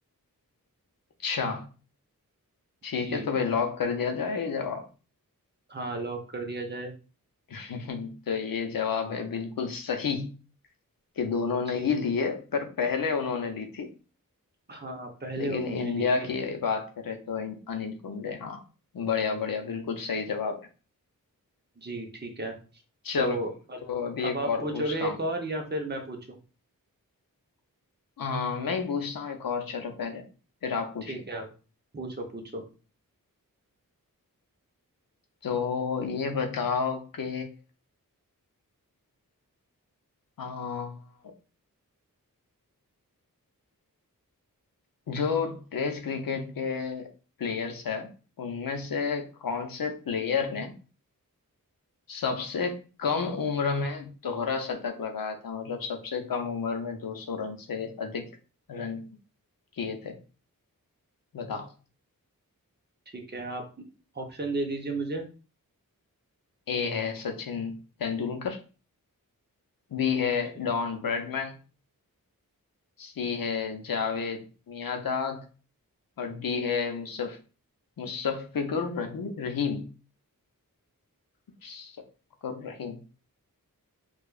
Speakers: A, on the left; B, on the right.
A: अच्छा ठीक
B: जी
A: है तो भाई लॉक कर दिया जाए ये जवाब
B: हाँ लॉक कर दिया जाए
A: <laughs> तो ये जवाब है बिल्कुल सही कि दोनों ने
B: जी
A: ही लिए पर पहले उन्होंने ली थी
B: हाँ पहले
A: लेकिन
B: उन्होंने
A: इंडिया
B: ली थी
A: की बात करें तो इन- अनिल कुंबले हाँ बढ़िया बढ़िया बिल्कुल सही जवाब है
B: जी ठीक है
A: चलो
B: तो अब
A: तो अभी
B: अब
A: एक
B: आप
A: और
B: पूछोगे
A: पूछता
B: एक
A: हूँ
B: और या फिर मैं पूछूं
A: अ, मैं ही पूछता हूँ एक और चलो पहले फिर आप पूछिए
B: ठीक है आप पूछो पूछो
A: तो ये बताओ कि अ, जो टेस्ट क्रिकेट के प्लेयर्स हैं उनमें से कौन से प्लेयर ने सबसे कम उम्र में दोहरा शतक लगाया था मतलब सबसे कम उम्र में 200 रन से अधिक रन किए थे बताओ
B: ठीक है आप ऑप्शन दे दीजिए मुझे
A: ए है सचिन तेंदुलकर बी है
B: ठीक
A: डॉन ब्रैडमैन सी है जावेद मियांदाद और डी है मुसफ मुशफ़िकुर रही, रहीम मुशफ़िकुर रहीम